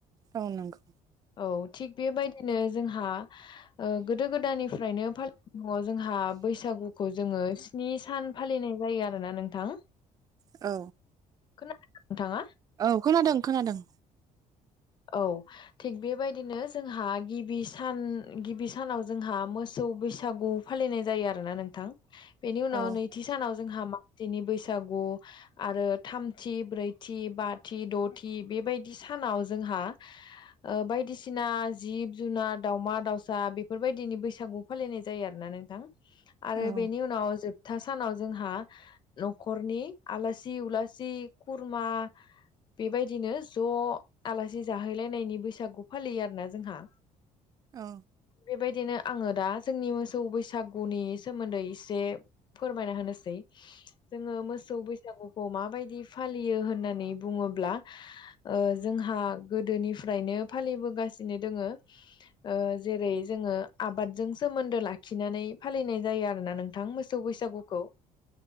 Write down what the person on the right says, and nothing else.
औ नंगौ।
औ।
औ खोनादों खोनादों।
औ
औ
औ।